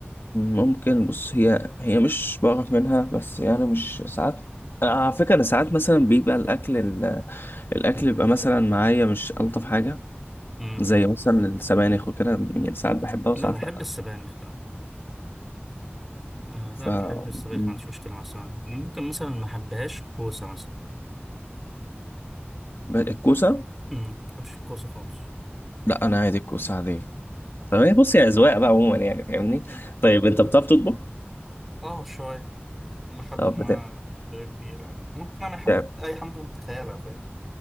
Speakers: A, on the left; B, in the centre.
A: ممكن بص هي هي مش بعرف منها بس يعني مش ساعات أنا على فكرة أنا ساعات مثلا بيبقى الأكل ال... الأكل بيبقى مثلا معايا مش ألطف حاجة
B: امم
A: زي مثلا السبانخ وكده يعني ساعات بحبها وساعات
B: لا بحب
A: لأ
B: السبانخ لا آه
A: ف
B: لا بحب السبانخ
A: مم.
B: ما عنديش مشكله مع السبانخ ممكن مثلا ما احبهاش كوسه مثلا
A: الكوسة
B: امم ما بحبش الكوسه خالص
A: لا انا عادي الكوسة عادية تمام بص يا اذواق بقى عموما يعني فاهمني
B: امم
A: طيب انت بتعرف تطبخ
B: اه شوية لحد
A: طب
B: ما
A: بتعرف
B: غير كبيرة يعني ممكن أعمل حاجة
A: بتعرف.
B: ممكن أي حاجة ممكن تتخيلها فاهم